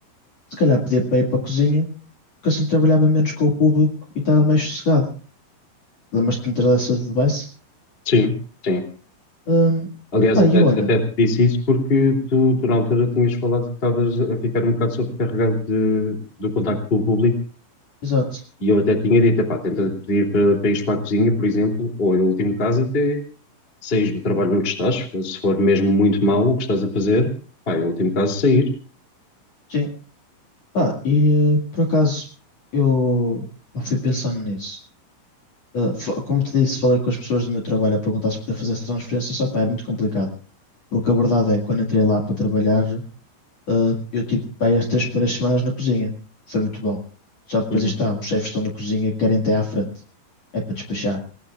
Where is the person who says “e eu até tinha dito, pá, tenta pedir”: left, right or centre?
Left